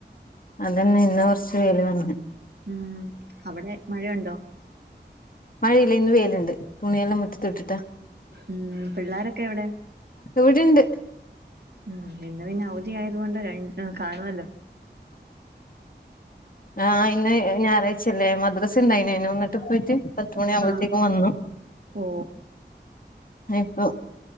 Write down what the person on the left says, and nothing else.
അതന്ന ഇന്ന് കൊറച്ച് വെയില് വന്ന
മഴയില്ല ഇന്ന് വേയിലുണ്ട് തുണിയെല്ലാം മുറ്റത്തിട്ടിട്ടാ
ഇവിടെണ്ട്
ആ ഇന്ന് ഞായറാഴ്ചയല്ലേ മദ്രസ ഉണ്ടായിനെനു വന്നിട്ട് പോയി പത്ത് മണി ആമ്പഴത്തേക്കും
വന്നു
ഇനിപ്പൊ